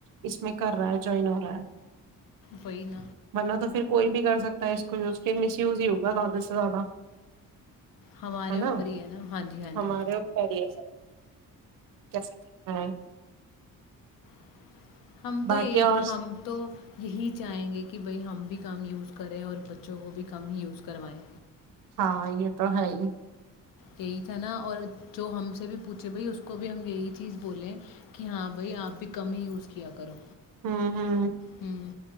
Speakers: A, on the right; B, on the left.
A: اس میں کر رہا ہے جوائن ہو رہا ہے
B: وہ ن
A: ورنہ تو پھر کوئی بھی کر سکتا ہے اس کو ز کے مس یوز ہی ہوگا زیادہ سے زیادہ
B: ہمارے
A: ہے
B: اوپر
A: نا
B: ہی ہے ہاں جی ہاں
A: ہمارے
B: جی
A: اری <inaudible> ہاں
B: <inaudible> ہم
A: باقی
B: تو یہی
A: اور
B: ہم تو یہی چاہیں گے کہ بھائی ہم بھی کم یوز کریں اور بچوں کو بھی ککم ہی یوز کروائیں
A: ہاں یہ تو ہے ہی
B: یہی تھا نا اور جو ہم سے بھی پوچھے بھائی اس کو بھی ہم یہی چیز بولیں کہ ہاں بھائی آپ بھی کم ہی یوز کیا کرو
A: ہاں ہوں
B: ہوں